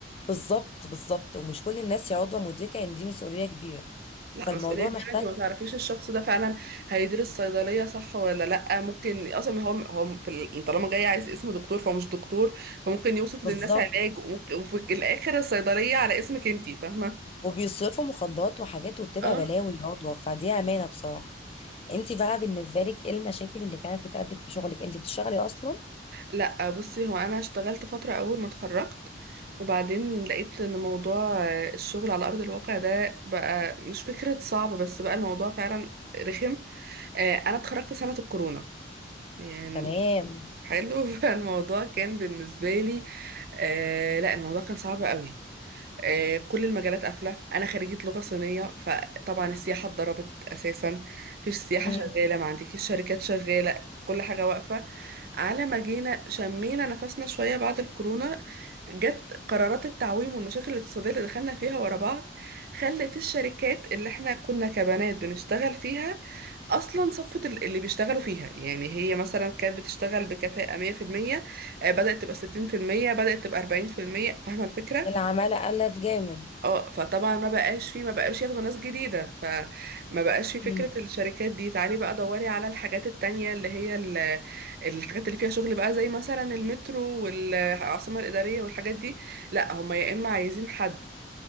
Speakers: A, on the left; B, on the right.
A: بالظبط بالظبط ومش كل الناس يا عضوه مدركه ان دي مسؤوليه كبيره
B: لا
A: فالموضوع
B: مسؤولية
A: محتاج
B: ان انت ما تعرفيش الشخص ده فعلا هيدرس صيدلية صح ولا لا ممكن اصلا هو هو في ال... يعني طالما جاي عايز اسم دكتور فهو مش دكتور فممكن يوصف
A: بالظبط
B: للناس علاج وممكن... وفي الاخر الصيدلية على اسمك انت فاهمة
A: وبيصرفوا مخدرات وحاجات وبتبقى
B: اه
A: بلاوي يا عضوه فدي امانه بصراحه انت بقى بالنسبه لك ايه المشاكل اللي كانت بتقابلك في شغلك انت بتشتغلي اصلا
B: لا بصي هو انا اشتغلت فترة اول ما اتخرجت وبعدين لقيت ان موضوع آه، الشغل على ارض الواقع ده بقى مش فكرة صعب بس بقى الموضوع فعلا رخم آه، انا اتخرجت سنة الكورونا يعني
A: تمام
B: حلو <laughs> فالموضوع كان بالنسبة لي آه لا الموضوع كان صعب قوي آه، كل المجالات قافلة أنا خريجة لغة صينية فطبعا السياحة اتضربت أساسا مفيش سياحة
A: مم.
B: شغالة ما عندكيش شركات شغالة كل حاجة واقفة على ما جينا شمينا نفسنا شوية بعد الكورونا جت قرارات التعويم والمشاكل الاقتصادية اللي دخلنا فيها ورا بعض خلت الشركات اللي احنا كنا كبنات بنشتغل فيها أصلا صفت ال- اللي بيشتغلوا فيها يعني هي مثلا كانت بتشتغل بكفاءة 100% آه، بدأت تبقى 60% بدأت تبقى 40% فاهمة الفكرة؟
A: العمالة قلت جامد
B: اه فطبعا ما بقاش فيه ما بقاش ياخدوا ناس جديدة فما بقاش فيه فكرة
A: مم.
B: الشركات دي تعالي بقى دوري على الحاجات التانية اللي هي ال- الحاجات اللي فيها شغل بقى زي مثلا المترو والعاصمة الإدارية والحاجات دي لا هما يا إما عايزين حد